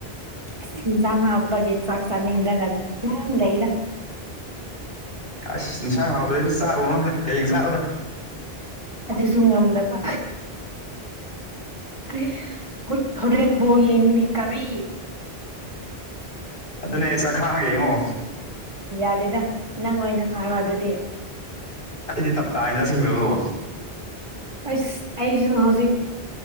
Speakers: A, on the right; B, on the left.
A: ꯑꯁ ꯏꯟꯖꯥꯡ ꯍꯧꯇꯄꯒꯤ ꯆꯥꯛ ꯆꯥꯅꯤꯡꯗ꯭ꯔꯗꯅ ꯑꯗꯨꯝ ꯂꯩꯗ
B: ꯑꯁ ꯏꯟꯁꯥꯡ ꯍꯥꯎꯇꯔꯥꯗꯤ ꯆꯥꯔꯨꯔ ꯅꯣꯗ ꯍꯌꯦꯡ ꯆꯥꯔꯣꯗ
A: ꯑꯗꯨꯁꯨ ꯉꯝꯗꯕ ꯑꯣꯏ ꯍꯣꯏꯔꯦꯟ ꯕꯣꯜ ꯌꯦꯡꯒꯥꯅꯤ ꯀꯔꯤ
B: ꯑꯗꯨꯅꯦ ꯆꯥꯛ ꯈꯥꯡꯂꯒ ꯌꯦꯡꯉꯣ
A: ꯌꯥꯗꯦꯗ ꯅꯪ ꯑꯣꯏꯅ ꯈꯥꯏꯌꯣ ꯑꯗꯨꯗꯤ
B: ꯑꯗꯨꯗꯤ ꯇꯞꯇꯥꯥ ꯏꯟꯖꯥꯡꯁꯤꯡꯈ꯭ꯔꯕꯣ
A: ꯑꯁ ꯑꯩꯖꯨ ꯍꯧꯖꯤꯛ